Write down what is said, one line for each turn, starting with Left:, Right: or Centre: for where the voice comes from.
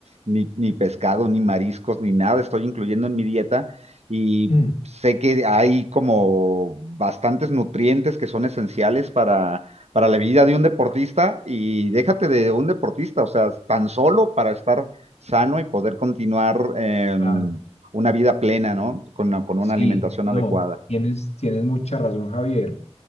Right: ni, ni pescado, ni mariscos, ni nada, estoy incluyendo en mi dieta y
Left: Mm,
Right: sé que hay como bastantes nutrientes que son esenciales para para la vida de un deportista y déjate de un deportista, o sea, tan solo para estar sano y poder continuar eh,
Left: claro,
Right: una vida plena, ¿no? Con, con una
Left: sí,
Right: alimentación
Left: no,
Right: adecuada.
Left: tienes, tienes mucha razón, Javier.